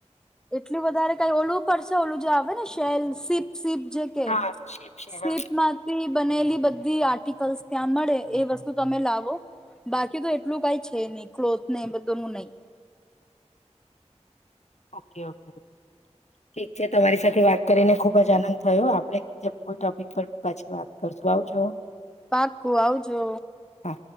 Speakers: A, in the centre; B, on the left.
A: એટલી વધારે કઈ ઓલું પડશે ઓલું જે આવે ને શેલ સીપ સીપ જે કે
B: હા છે છે
A: સીપ
B: હા
A: માંથી બનેલી બધી આર્ટિકલ્ ત્યાં મળે એ વસ્તુ તમે લાવો બાકી તો એટલું કઈ છે નહી ક્લોથ ને એ બધ નું નહી
B: ઓકે ઓકે ઠીક છે તમારી સાથે વાત કરીને ખુબ જ આનંદ થયો આપડે કોઈ ટોપિક પર પાછી વાત કરશું આવજો
A: પાકુ આવજો
B: હા